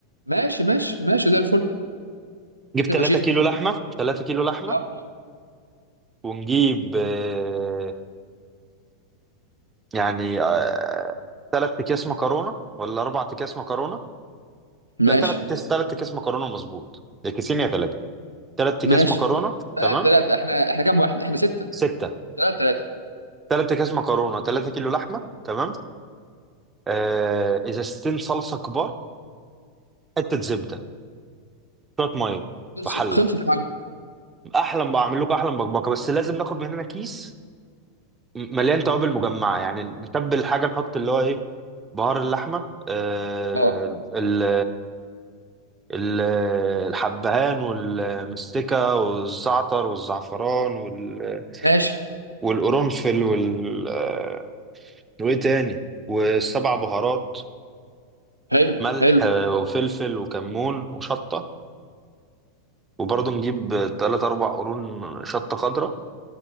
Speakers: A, on the right; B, on the right.
A: ماشي ماشي ماشي زي الفل
B: نجيب
A: شكل
B: 3
A: فشيخ
B: كيلو لحمه 3 كيلو لحمه
A: اه
B: ونجيب آه، يعني آه، تلات اكياس مكرونه ولا اربع اكياس مكرونه لا
A: ماشي
B: تلات اكياس تلات اكياس مكرونه مظبوط يا كيسين يا تلاته تلات
A: ماشي
B: اكياس مكرونه
A: ثلاثة
B: تمام
A: ثلاثة احنا احنا كام واحد؟ احنا ستة
B: سته
A: ثلاثة ثلاثة
B: تلات اكياس مكرونه تلاتة كيلو لحمه تمام آه ازازتين صلصه كبار حته زبده شويه ميه
A: خلصت
B: في حله
A: خلصت يا معلم
B: احلى بعمل لكم احلى بكبكه بس لازم ناخد من هنا كيس م- مليان توابل مجمعه يعني نتبل الحاجه نحط اللي هو ايه بهار اللحمه آه
A: اه
B: ال- ال- الحبهان والمستكة والزعتر والزعفران وال-
A: ماشي
B: والقرنفل وال آه، وايه تاني والسبع بهارات
A: حلو
B: ملح
A: حلو
B: آه، وفلفل وكمون وشطة وبرضه نجيب تلات أربع قرون شطة خضراء